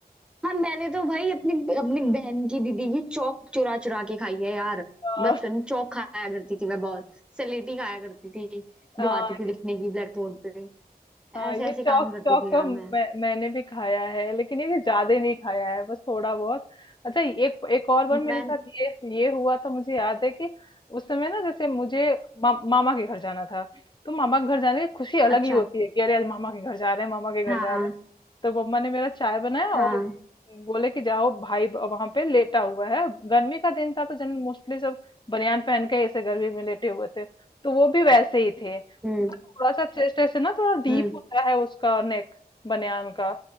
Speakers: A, in the centre; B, on the left (about 30°).
A: हाँ मैंने तो भाई अपनी अपनी बहन की दीदी की चौक चुरा चुरा के खाई है यार
B: हाँ।
A: बचपन में चौक खाया करती थी मैं बहुत स्लेटी खाया करती थी
B: आ,
A: जो आती थी लिखने की ब्लैक बोर्ड पे
B: आ,
A: ऐसे
B: ये
A: ऐसे काम
B: चौक
A: करती
B: चौक
A: थी यार
B: तो मैं,
A: मैं
B: मैंने भी खाया है लेकिन ये ज्यादा नहीं खाया है बस थोड़ा बहुत अच्छा एक एक और बार
A: मैं
B: मेरे साथ ये ये हुआ था मुझे याद है कि उस समय ना जैसे मुझे मा, मामा के घर जाना था तो मामा के घर जाने की खुशी
A: अच्छा
B: अलग ही होती है कि अरे आज मामा के घर जा रहे हैं मामा के घर
A: हाँ
B: जा रहे हैं तो मम्मा ने मेरा चाय बनाया
A: हाँ
B: और बोले कि जाओ भाई वहां पे लेटा हुआ है गर्मी का दिन था तो जन मोस्टली सब बनियान पहन के ऐसे गर्मी में लेटे हुए थे तो वो भी वैसे ही थे उनका
A: हम्म
B: थोड़ा सा चेस्ट ऐसे ना थोड़ा डीप
A: हम्म
B: होता है उसका नेक बनियान का